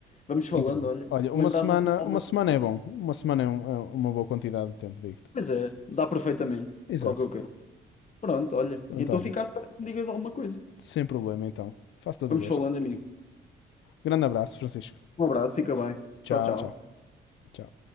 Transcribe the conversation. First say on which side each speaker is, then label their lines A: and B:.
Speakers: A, on the left; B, on the left.
A: Vamos falando,
B: Incrível.
A: olha.
B: Olha,
A: Se
B: uma
A: Lembrares
B: semana,
A: assim de alguma
B: uma semana é bom. Uma semana é, um- é uma boa quantidade de tempo, digo-te.
A: coisa? Dá perfeitamente
B: Exato.
A: para o que eu quero. Pronto, olha.
B: Pronto,
A: Então
B: olha,
A: fica à espera que me digas alguma coisa.
B: sem problema então. Faço todo
A: Vamos
B: o gosto.
A: falando, amigo.
B: Grande abraço, Francisco.
A: Um abraço, fica bem.
B: Tchau,
A: Tchau, tchau.
B: tchau. Tchau.